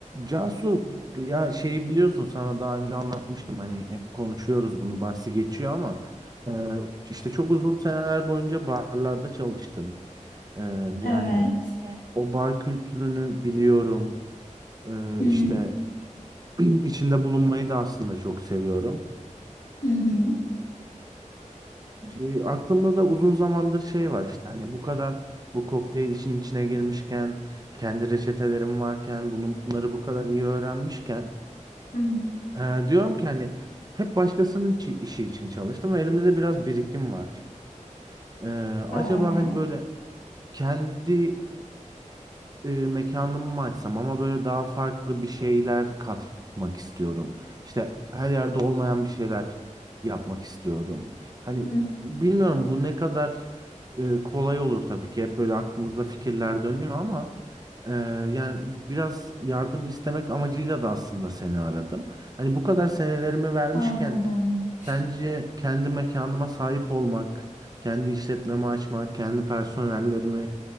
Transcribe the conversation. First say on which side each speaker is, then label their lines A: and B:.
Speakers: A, on the right; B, on the left.
A: Cansu ya şeyi biliyorsun sana daha önce anlatmıştım hani hep konuşuyoruz bunu bahsi geçiyor ama e, işte çok uzun seneler boyunca barlarda çalıştım. E, yani
B: Evet.
A: o bar kültürünü biliyorum. E,
B: Hı hı.
A: işte <clears throat> içinde bulunmayı da aslında çok seviyorum.
B: Hı hı.
A: E, aklımda da uzun zamandır şey var işte hani bu kadar bu kokteyl işin içine girmişken kendi reçetelerim varken bunları bu kadar iyi öğrenmişken
B: Hı hı.
A: Ee, diyorum ki hani hep başkasının içi- işi için çalıştım ve elimde de biraz birikim var. Ee,
B: Doğru.
A: acaba hani böyle kendi e, mekanımı mı açsam ama böyle daha farklı bir şeyler katmak istiyorum. İşte her yerde olmayan bir şeyler yapmak istiyorum. Hani
B: Hı.
A: bilmiyorum bu ne kadar e, kolay olur tabii ki hep böyle aklımızda fikirler dönüyor ama e, yani biraz yardım istemek amacıyla da aslında seni aradım. Hani bu kadar senelerimi vermişken
B: Anladım.
A: Sence kendi mekanıma sahip olmak, kendi işletmemi açmak, kendi personellerimi